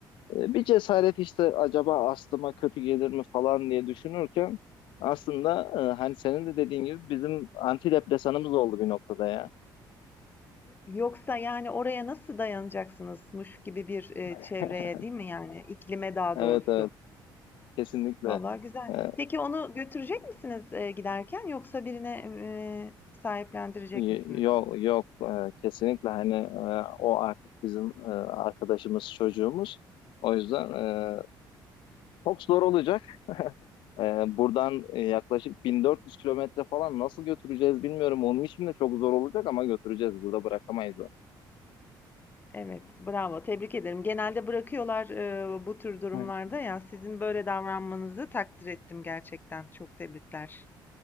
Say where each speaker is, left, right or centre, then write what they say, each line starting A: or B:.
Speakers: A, on the left; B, on the left.
A: E, Bir cesaret işte acaba aslıma kötü gelir mi falan diye düşünürken aslında e, hani senin de dediğin gibi bizim antidepresanımız oldu bir noktada ya.
B: Yoksa yani oraya nasıl dayanacaksınızmış gibi bir e,
A: <laughs>
B: çevreye değil mi yani iklime daha
A: Evet
B: doğrusu.
A: evet kesinlikle.
B: Vallahi güzel.
A: Ee,
B: Peki onu götürecek misiniz e, giderken yoksa birine e, sahiplendirecek
A: y-
B: misiniz?
A: yok yok Ee, kesinlikle hani e, o artık bizim e, arkadaşımız çocuğumuz. O yüzden e, çok zor olacak. E, buradan e, yaklaşık 1400 kilometre falan nasıl götüreceğiz bilmiyorum. Onun için de çok zor olacak ama götüreceğiz. Burada bırakamayız
B: Evet, bravo. Tebrik ederim. Genelde bırakıyorlar e, bu tür durumlarda
A: onu.
B: ya. Sizin böyle davranmanızı takdir ettim gerçekten. Çok tebrikler.